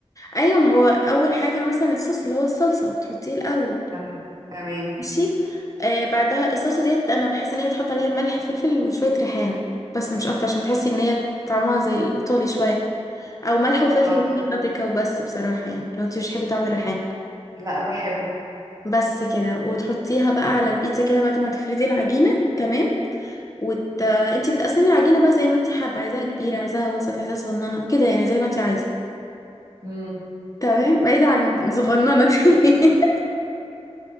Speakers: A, on the left; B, on the right.
A: ايوه ما هو اول حاجه مثلا الصوص اللي هو الصلصه بتحطيه الاول
B: تمام تمام
A: ماشي آه بعدها الصلصه ديت انا بحس ان هي تحط عليها ملح فلفل وشويه ريحان بس مش اكتر عشان تحسي ان هي طعمها زي الايطالي شويه او ملح وفلفل
B: خلاص
A: وبابريكا وبس بصراحه يعني لو انت مش بتحبي طعم الريحان
B: لا بحبه
A: بس كده وتحطيها بقى على البيتزا كده بعد ما تفردي العجينه تمام وت... انت بتقسمي العجينه بقى زي ما انت حابه عايزاها كبيره عايزاها وسط عايزاها صغننه كده يعني زي ما انت عايزه
B: امم
A: تمام بعيد عن صغننة دي <laughs>